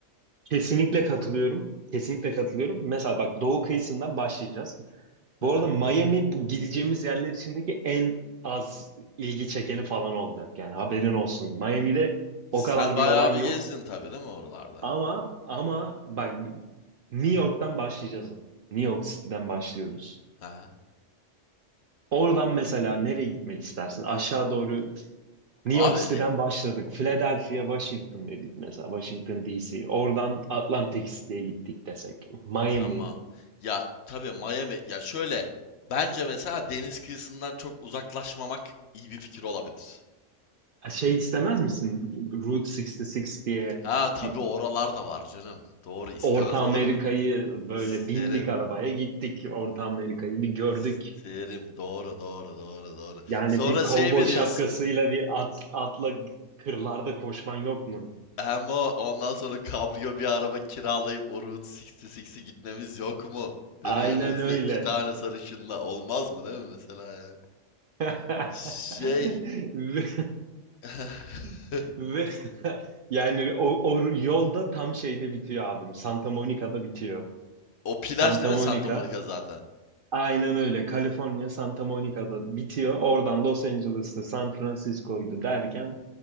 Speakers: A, on the right; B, on the left.
A: Kesinlikle katılıyorum. Kesinlikle katılıyorum. Mesela bak doğu kıyısından başlayacağız.
B: Hı
A: Bu
B: hı.
A: arada Miami bu gideceğimiz yerler içindeki en az ilgi çekeni falan olacak. Yani haberin olsun. Miami'de
B: Sen
A: o kadar
B: bayağı
A: bir olay
B: bir
A: yok.
B: gezdin tabii değil mi oralarda?
A: Ama ama bak New York'tan başlayacağız. New York City'den başlıyoruz.
B: Hı hı.
A: Oradan mesela nereye gitmek istersin? Aşağı doğru New
B: Abi
A: York City'den başladık. Philadelphia, Washington dedik mesela. Washington DC. Oradan Atlantic City'ye gittik desek. Miami.
B: <laughs> tamam. Ya tabii Miami ya şöyle bence mesela deniz kıyısından çok uzaklaşmamak iyi bir fikir olabilir.
A: Şey istemez misin? Route 66 diye
B: Ha tabii
A: bir
B: oralar da var canım. Doğru istemez
A: Orta Amerika'yı
B: olur muyum?
A: böyle
B: İsterim.
A: bindik arabaya gittik. Orta Amerika'yı bir gördük
B: İsterim. Doğru, doğru, doğru, doğru.
A: Yani
B: Sonra
A: bir kovboy
B: şey mi
A: şapkasıyla
B: diyorsun?
A: bir at, atla kırlarda koşman yok mu?
B: Hem o ondan sonra kabrio bir araba kiralayıp o Route 66'i gitmemiz yok mu? Değil
A: Aynen
B: mi? Yanınızda
A: öyle.
B: iki tane sarışınla olmaz mı değil mi mesela yani?
A: <laughs>
B: Şey
A: Ve,
B: <laughs>
A: <laughs> ve yani o, o yolda tam şeyde bitiyor abim. Santa Monica'da bitiyor.
B: o plaj
A: Santa
B: değil mi
A: Monica
B: Santa Monica zaten?
A: aynen öyle. Kaliforniya Santa Monica'da bitiyor. Oradan Los Angeles'ta San Francisco'ydu derken